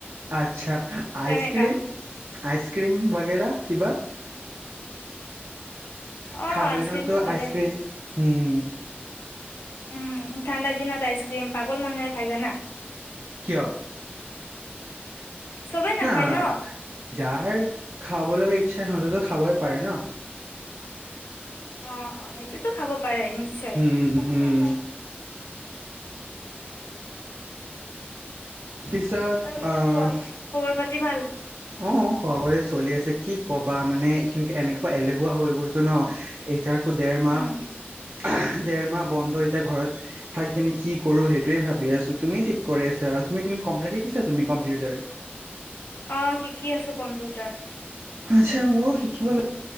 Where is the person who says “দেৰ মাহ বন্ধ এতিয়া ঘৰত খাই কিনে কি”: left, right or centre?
Right